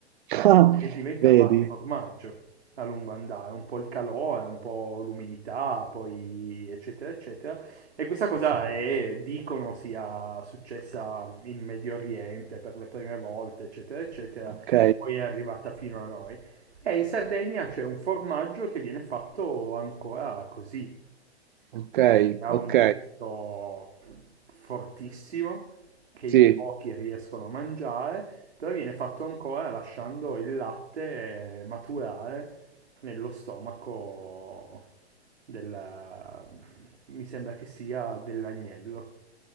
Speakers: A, on the right; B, on the right.
A: Ah,
B: E diventava
A: vedi?
B: formaggio a lungo andare, un po' il calore, un po' l'umidità, poi eccetera eccetera. E questa cosa è, dicono sia successa in Medio Oriente per le prime volte, eccetera eccetera,
A: Ok,
B: poi è arrivata fino a noi. E in Sardegna c'è un formaggio che viene fatto ancora così,
A: ok,
B: ne ha
A: ok,
B: un gusto fortissimo che
A: sì.
B: in pochi riescono a mangiare, però viene fatto ancora lasciando il latte eh, maturare nello stomaco del... mi sembra che sia dell'agnello.